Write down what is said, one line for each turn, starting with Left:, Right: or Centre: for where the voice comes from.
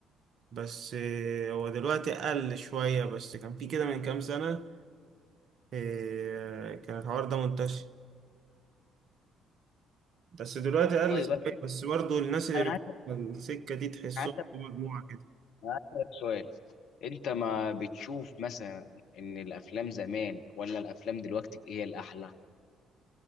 Right: بس آه، هو دلوقتي قل شوية بس كان فيه كده من كام سنة آه، كان الحوار ده منتشر بس دلوقتي قل
Left: طيب
Right: شوية
Left: انا
Right: بس برضه الناس اللي
Left: على
Right: في
Left: حسب
Right: السكة دي تحسهم
Left: على حسب
Right: في مجموعة كده
Left: هسألك سؤال انت ما بتشوف مثلا ان الافلام زمان ولا الافلام دلوقتي هي الاحلى